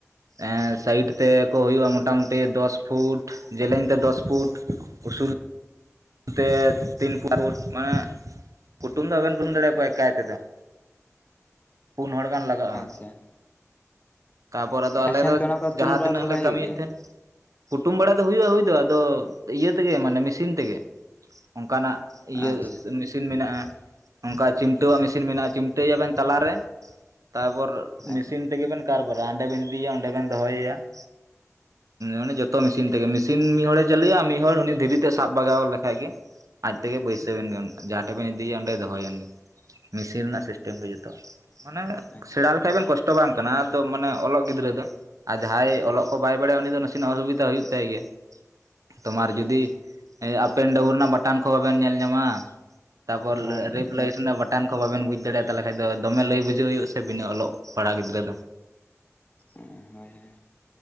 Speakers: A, on the right (about 90°); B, on the left (about 30°).
A: ᱮᱸ ᱥᱟᱭᱤᱰ ᱛᱮ ᱠᱚ ᱦᱳᱭᱳᱜᱼᱟ ᱢᱚᱴᱟᱢᱩᱴᱤ ᱫᱚᱥ ᱯᱷᱩᱴ ᱡᱮᱞᱮᱝ ᱛᱮ ᱫᱚᱥ ᱯᱷᱩᱴ ᱩᱥᱩᱞ ᱱᱚᱛᱮ ᱛᱤᱱ ᱯᱩᱴ ᱢᱟᱱᱮ ᱠᱩᱴᱩᱢ ᱫᱚ ᱵᱟᱵᱮᱱ ᱠᱩᱴᱩᱢ ᱫᱟᱲᱮᱭᱟᱠᱚᱣᱟ ᱮᱠᱟᱭ ᱛᱮᱫᱚ ᱾ ᱯᱩᱱ ᱦᱚᱲ ᱜᱟᱱ ᱞᱟᱜᱟᱜᱼᱟ
B: ᱟᱪᱪᱷᱟ
A: ᱾ ᱛᱟᱯᱚᱨ ᱟᱫᱚ ᱟᱞᱮ
B: ᱟᱪᱪᱷᱟ
A: ᱫᱚ
B: ᱜᱚᱝᱠᱮ ᱚᱱᱟ ᱠᱚ ᱛᱩᱞ
A: ᱡᱟᱦᱟᱸ
B: ᱵᱟᱲᱟ
A: ᱛᱤᱱᱟᱹᱜ
B: ᱠᱚᱫᱚ ᱵᱟᱭ
A: ᱞᱮ ᱠᱟᱹᱢᱤᱭᱮᱫ
B: ᱦᱩᱭᱩᱜ ᱜᱮᱭᱟ?
A: ᱛᱟᱦᱮᱸᱫ ᱾ ᱠᱩᱴᱩᱢ ᱵᱟᱲᱟ ᱫᱚ ᱦᱩᱭᱩᱜᱼᱟ ᱦᱩᱭ ᱫᱚ ᱟᱫᱚ ᱤᱭᱟᱹ ᱛᱮᱜᱮ ᱢᱟᱱᱮ ᱢᱤᱥᱤᱱ ᱛᱮᱜᱮ ᱾ ᱚᱱᱠᱟᱱᱟᱜ
B: ᱟᱪᱪᱷᱟ
A: ᱤᱭᱟᱹ ᱢᱤᱥᱤᱱ ᱢᱮᱱᱟᱜᱼᱟ ᱾ ᱚᱱᱠᱟ ᱪᱤᱢᱴᱟᱹᱣᱟᱜ ᱢᱤᱥᱤᱱ ᱢᱮᱱᱟᱜᱼᱟ ᱪᱤᱢᱴᱟᱹᱭᱟ ᱵᱮᱱ ᱛᱟᱞᱟᱨᱮ ᱛᱟᱯᱚᱨ
B: ᱟᱪᱪᱷᱟ
A: ᱢᱤᱥᱤᱱ ᱛᱮᱜᱮ ᱵᱮᱱ ᱠᱟᱨ ᱵᱟᱨᱟ ᱦᱟᱸᱰᱮ ᱵᱤᱱ ᱤᱫᱤᱭᱟ ᱚᱸᱰᱮ ᱵᱮᱱ ᱫᱚᱦᱚᱭ ᱭᱟ ᱾ ᱚᱱᱮ ᱡᱷᱚᱛᱚ ᱢᱤᱥᱤᱱ ᱛᱮᱜᱮ ᱢᱤᱥᱤᱱ ᱢᱤᱫ ᱦᱚᱲᱮ ᱪᱟᱹᱞᱩᱭᱟ ᱢᱤᱫ ᱦᱚᱲ ᱩᱱᱤ ᱫᱷᱤᱨᱤ ᱛᱮ ᱥᱟᱵ ᱵᱟᱜᱟᱣᱮᱞᱮ ᱮᱠᱷᱟᱡ ᱜᱮ ᱟᱡ ᱛᱮᱜᱮ ᱵᱟᱹᱭᱥᱟᱹ ᱮᱱ ᱜᱮ ᱡᱟᱦᱟᱸ ᱴᱷᱮᱜ ᱵᱮᱱ ᱤᱫᱤᱭᱟ ᱚᱸᱰᱮᱭ ᱫᱚᱦᱚᱭᱮᱱ ᱜᱮ ᱾ ᱢᱮᱥᱤᱱ ᱨᱮᱱᱟᱜ ᱥᱤᱥᱴᱮᱢ ᱜᱮ ᱡᱷᱚᱛᱚ ᱾ ᱢᱟᱱᱮ
B: ᱟᱪᱪᱷᱟ
A: ᱥᱮᱬᱟ ᱞᱮᱠᱷᱟᱡ ᱵᱤᱱ ᱠᱚᱥᱴᱚ ᱵᱟᱝ ᱠᱟᱱᱟ ᱟᱫᱚ ᱢᱟᱱᱮ ᱚᱞᱚᱜ ᱜᱤᱫᱽᱨᱟᱹ ᱫᱚ ᱾ ᱟᱨ ᱡᱟᱦᱟᱸᱭ ᱚᱞᱚᱜ ᱠᱚ ᱵᱟᱭ ᱵᱟᱲᱟᱭᱟ ᱩᱱᱤ ᱫᱚ ᱱᱟᱥᱮᱱᱟᱜ ᱚᱥᱩᱵᱤᱛᱟ ᱦᱩᱭᱩᱜ ᱛᱟᱭ ᱜᱮᱭᱟ ᱾ ᱛᱳᱢᱟᱨ ᱡᱩᱫᱤ
B: ᱟᱪᱪᱷᱟ
A: ᱟᱯᱮᱱ ᱰᱟᱹᱣᱩᱱ ᱨᱮᱱᱟᱜ ᱵᱟᱴᱟᱱ ᱠᱚ ᱵᱟᱵᱮᱱ ᱧᱮᱞ ᱧᱟᱢᱟ? ᱛᱟᱯᱚᱨ
B: ᱦᱳᱭ ᱦᱳᱭ
A: ᱨᱮᱯ ᱞᱟᱹᱭᱥ ᱨᱮᱱᱟᱜ ᱵᱟᱴᱟᱱ ᱠᱚ ᱵᱟᱵᱮᱱ ᱵᱩᱡᱽ ᱫᱟᱲᱮᱭᱟᱜ-ᱟ ᱛᱟᱦᱚᱞᱮ ᱠᱷᱟᱡ ᱫᱚ ᱫᱚᱢᱮ ᱞᱟᱹᱭ ᱵᱩᱡᱷᱟᱹᱣ ᱦᱩᱭᱩᱜ-ᱟ ᱥᱮ ᱵᱤᱱᱟᱹ ᱚᱞᱚᱜ ᱯᱟᱲᱦᱟ ᱜᱤᱫᱽᱨᱟᱹ ᱫᱚ
B: ᱚᱸᱻ ᱦᱳᱭ ᱦᱳᱭ